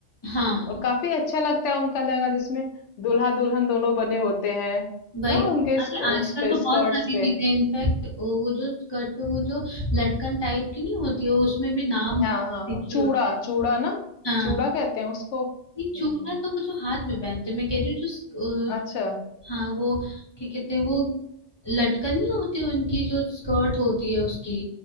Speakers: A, on the left; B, on the left.
A: हाँ
B: और काफ़ी अच्छा लगता है उनका लहंगा जिसमें दूल्हा-दुल्हन दोनों बने होते हैं,
A: वही
B: ना
A: तो
B: उनके
A: अरे
B: स्क
A: आजकल
B: उस पे
A: तो बहुत
B: स्कर्ट्स
A: सारी
B: पे।
A: चीजें इनफैक्ट वो जो स्कर्ट पे वो जो लटकन टाइप की नहीं होती है उसमें भी नाम
B: हाँ, हाँ,
A: लिखे
B: हाँ, चूड़ा
A: होते हैं
B: चूड़ा ना?
A: हाँ
B: चूड़ा कहते हैं उसको?
A: ये चूड़ा
B: हुँ,
A: तो वो जो हाथ में पहनते हैं, मैं कह रही हूँ जो स- अ,
B: अच्छा।
A: हाँ वो क्या कहते हैं वो लटकन नहीं होती उनकी जो स्कर्ट होती है उसकी